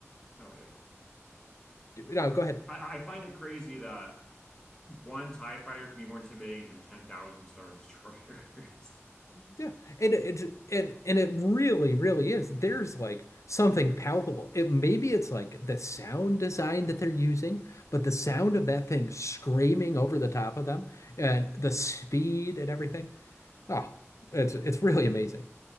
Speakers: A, on the left; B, on the left.
A: Oh yeah.
B: no,
A: I,
B: go ahead.
A: I I find it crazy that one TIE fighter can be more intimidating than 10,000 Star Destroyers. <laughs>
B: Yeah, and it it- and and it really, really is. There's like something palpable. It maybe it's like the sound design that they're using, but the sound of that thing screaming over the top of them and the speed and everything. Ah, it's it's really amazing.